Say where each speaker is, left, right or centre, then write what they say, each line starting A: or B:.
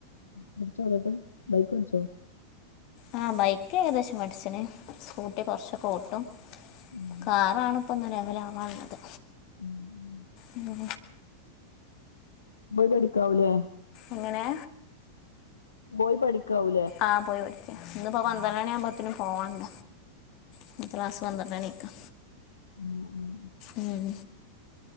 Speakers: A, on the left (about 75°); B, on the left (about 40°).
A: പഠിച്ചോ അതോട്ട് ബൈക്ക് പടിച്ചോ?
B: ആഹ ബൈക്ക് ഏകദേശം പഠിച്ചന് സ്കൂട്ടി കുറച്ചക്കെ ട്ടും
A: ഉം
B: കാറാണ്. ഇപ്പന്ന് ലെവല് ആവാനുള്ളത്
A: ഉം ഉം
B: ഉ
A: പോയി പഠിക്കാവൂല്ലേ
B: എങ്ങനെ?
A: പോയി പഠിക്കാവും
B: ആഹ് പോയി പഠിക് ഇപ്പോ പന്ത്രണി ആവുമ്പോ പിന്നെ പോവാണ്ട ഇന്നത്തെ ക്ലാസ്സ് പന്ത്രണിക്ക
A: ആഹ് ആഹ്
B: ഉം